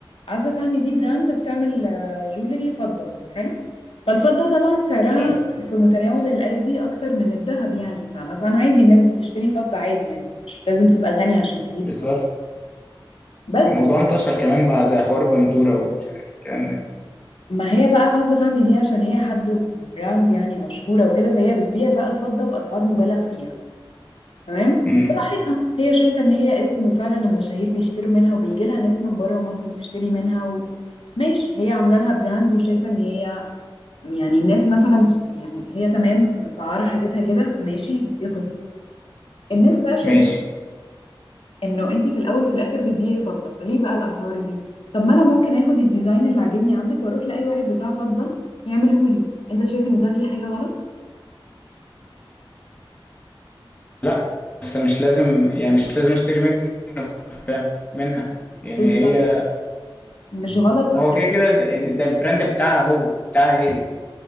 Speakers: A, on the left; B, on the left.
A: عزه فهمي دي براند بتعمل آه، جولري فضه حلو فالفضه طبعا سعرها
B: حلو
A: في متناول الايدي اكتر من الذهب يعني فمثلا عادي الناس بتشتري فضه عادي يعني مش لازم تبقى غني عشان تجيب
B: بالظبط
A: فضه بس
B: الموضوع انتشر كمان بعد حوار بندورة ومش عارف الكلام ده
A: ما هي بقى عزه فهمي دي عشان هي حد براند يعني مشهوره وكده فهي بتبيع بقى الفضه باسعار مبالغ فيها تمام
B: امم
A: براحتها هي شايفة ان هي اسم وفعلا المشاهير بيشتروا منها وبيجي لها ناس من بره مصر تشتري منها و... ماشي هي عاملة لها براند وشايفة ان هي يعني الناس مثلا ش- يعني هي تمام مسعرة حاجتها كده ماشي دي قصة الناس بقى شايفة
B: ماشي
A: انه انتي في الاول وفي الاخر بتبيعي فضة فليه بقى الاسعار دي طب ما انا ممكن اخد الديزاين اللي عاجبني عندك واروح لاي واحد بتاع فضة يعملهولي انت شايف ان ده فيه حاجة غلط
B: لا بس مش لازم يعني
A: بالظبط
B: مش لازم اشتري منه فعلا منها يعني
A: بالظبط
B: هي
A: مش غلط
B: هو كده كده ده ده البراند بتاعها هو بتاعها هي